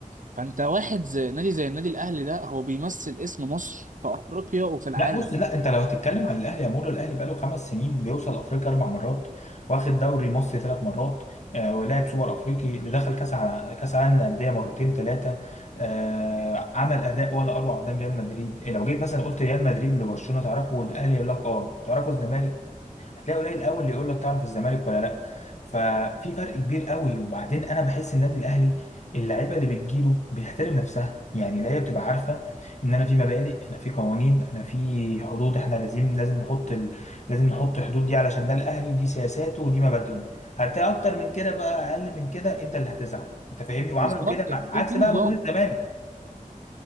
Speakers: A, on the right; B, on the left.
A: فانت واحد زي نادي زي النادي الاهلي ده هو بيمثل اسم مصر في افريقيا وفي العالم
B: لا بص لا انت لو هتتكلم عن الاهلي يا مورو الاهلي بقاله خمس سنين بيوصل افريقيا اربع مرات واخد دوري مصري ثلاث مرات آه ولعب سوبر افريقي اللي دخل كاس ع- كاس عالم للانديه مرتين ثلاثه آه عمل اداء ولا اروع قدام ريال مدريد إيه، لو جيت مثلا قلت ريال مدريد لبرشلونه تعرفه والاهلي يقول لك اه تعرفه الزمالك هتلاقي قليل قوي اللي يقول لك تعرف الزمالك ولا لا ففي فرق كبير قوي وبعدين انا بحس النادي الاهلي اللعيبه اللي بتجيله بتحترم نفسها يعني اللعيبه بتبقى عارفه ان انا في مبادئ انا في قوانين انا في حدود احنا لازم لازم نحط ال... لازم نحط حدود دي علشان ده الاهلي ودي سياساته ودي مبادئه هتلاقي اكتر من كده بقى اقل من كده انت اللي هتزعل انت فاهمني وعملوا
A: بالظبط
B: كده مع...
A: في
B: عكس
A: في
B: بقى
A: نظام
B: موجود الزمالك